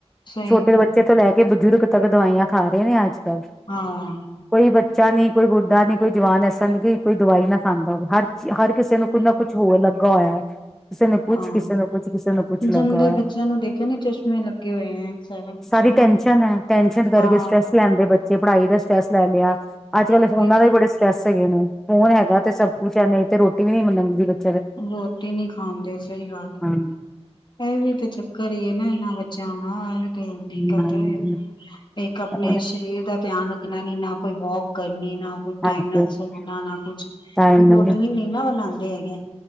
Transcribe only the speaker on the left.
ਸਹੀ
ਗੱਲ
ਹਾਂ।
ਸਹੀ
ਗੱਲ
ਹਾਂ
ਜੰਮਦੇ
ਬੱਚਿਆਂ ਨੂੰ ਦੇਖਿਆ ਨੀ ਚਸ਼ਮੇ ਲੱਗੇ ਹੋਏ ਹੈ ਸਾਰਾ ਕੁਛ
ਹੈ ਨਾ
ਹਾਂ
ਉਹੀ
ਰੋਟੀ ਨ੍ਹੀਂ ਖਾਂਦੇ, ਸਹੀ ਗੱਲ। ਹੈ
ਇਹ ਵੀ ਤੇ ਚੱਕਰ ਈ ਨਾ ਇਹਨਾਂ ਬੱਚਿਆਂ ਦਾ, ਇਹ ਵੀ ਇਹੀ ਦਿੱਕਤ
ਏ, ਇੱਕ ਆਪਣੇ
ਸਰੀਰ ਦਾ ਧਿਆਨ ਰੱਖਣਾ ਨੀ, ਨਾ ਕੋਈ ਵੋਕ ਕਰਨੀ ਨਾ ਕੁ
ਟਾਈਮ ਨਾਲ
ਸੌਣਾ ਨਾ ਕੁਛ,
ਇੱਕ
ਰੋਟੀਨ ਨੀ ਨਾ ਬਣਾਉਂਦੇ ਹੈਗੇ।